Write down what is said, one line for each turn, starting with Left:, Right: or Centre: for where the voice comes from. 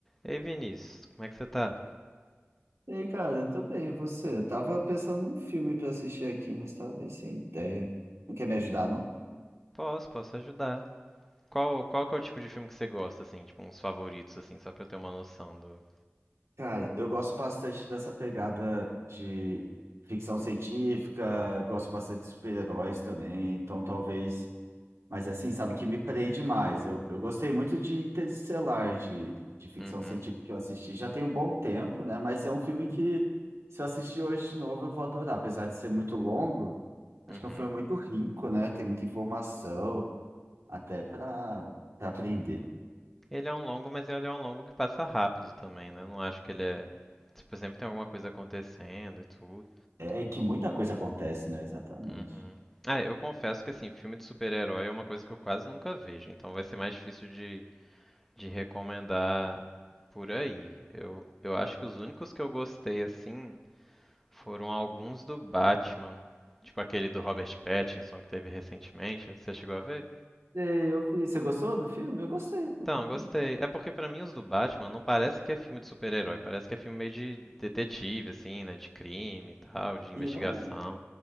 Centre: Ei, Vinícius, como é que você tá?
Right: E aí, cara, eu tô bem, e você? Eu tava pensando num filme pra assistir aqui, mas tava meio sem ideia. Não quer me ajudar, não?
Centre: Posso, posso ajudar. Qual, qual que é o tipo de filme que você gosta, assim? Tipo, uns favoritos, assim, só pra eu ter uma noção do...
Right: Cara, eu gosto bastante dessa pegada de ficção científica, gosto bastante de super-heróis também, então talvez. Mas assim, sabe, que me prende mais. Eu, eu gostei muito de Interestelar, de, de ficção
Centre: Uhum,
Right: científica que eu assisti. Já tem um bom tempo, né? Mas é um filme que, se eu assistir hoje de novo, eu vou adorar. Apesar de ser muito longo, acho
Centre: uhum.
Right: que é um filme muito rico, né? Tem muita informação, até para para aprender.
Centre: Ele é um longo, mas ele é um longo que passa rápido também, né? Eu não acho que ele é... Tipo, sempre tem alguma coisa acontecendo e tudo.
Right: É, e que muita coisa acontece, né? Exatamente.
Centre: Uhum. Ah, eu confesso que, assim, filme de super-herói é uma coisa que eu quase nunca vejo, então vai ser mais difícil de, de recomendar por aí. Eu, eu acho que os únicos que eu gostei, assim... Foram alguns do Batman. Tipo aquele do Robert Pattinson que teve recentemente. Você chegou a ver?
Right: É, eu vi. Você gostou do filme? Eu gostei, pô,
Centre: Então,
Right: então.
Centre: gostei. É porque pra mim os do Batman não parece que é filme de super-herói. Parece que é filme meio de detetive, assim, né? De crime e tal, de investigação.
Right: E é um,